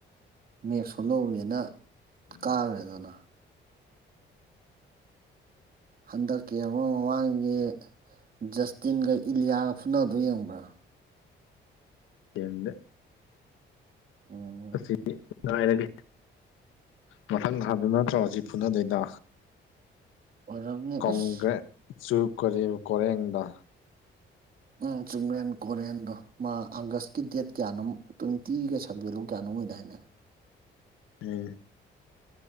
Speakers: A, on the right (about 45°); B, on the left (about 85°).
A: ꯃꯦꯐꯣ ꯂꯧꯔꯦꯅ
B: ꯎꯝ
A: ꯀꯥꯨꯔꯦꯗꯅ ꯍꯟꯗꯛꯀꯤ ꯑꯃ ꯃꯃꯥꯡꯒꯤ ꯖꯁꯇꯤꯟꯒ ꯏꯂꯤꯌꯥꯒ ꯐꯨꯅꯗꯣ ꯌꯦꯡꯕ꯭ꯔꯥ
B: ꯌꯦꯡꯅ
A: ꯑꯣ
B: ꯑꯁꯤ ꯉꯥꯏꯔꯒꯦ ꯃꯊꯪ ꯊꯥꯗꯅ ꯇ꯭ꯔꯁꯤ ꯐꯨꯅꯗꯩꯗ
A: ꯑꯣꯏꯔꯝꯅꯤ
B: ꯀꯣꯡꯒ꯭ꯔꯦ
A: ꯑꯁ
B: ꯆꯨꯔ ꯀ ꯀꯣꯔꯣꯔꯦꯡꯗ
A: ꯎꯝ ꯆꯨꯝꯔꯦꯟ ꯀꯣꯔꯣꯔꯦꯟꯗꯣ ꯃꯥ ꯑꯥꯒꯁꯀꯤ ꯗꯦꯠ ꯀꯌꯥꯅꯣ ꯇ꯭ꯋꯦꯟꯇꯤꯒ ꯁꯕꯖꯦꯛꯂꯣ ꯀꯌꯥꯅꯣ ꯑꯣꯏꯗꯥꯏꯅꯦ
B: ꯄ